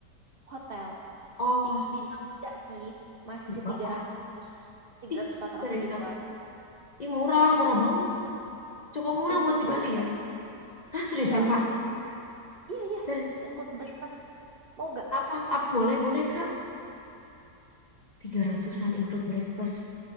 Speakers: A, on the right; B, on the left.
A: Hotel.
B: Oh,
A: Ti- bintang tiga sih masih
B: nggak apa-apa.
A: tiga tiga ratus tiga
B: Ih,
A: ratus empat
B: seriusan.
A: ratus ribuan
B: Ih, murah,
A: Mm-mm.
B: murah banget. Cukup murah
A: include
B: buat
A: breakfast
B: di Bali ya. Ah, seriusan
A: iya
B: Kak.
A: iya iya
B: Dan
A: include breakfast mau gak
B: apa, apa boleh, boleh Kak. 300-an
A: Oh.
B: include breakfast.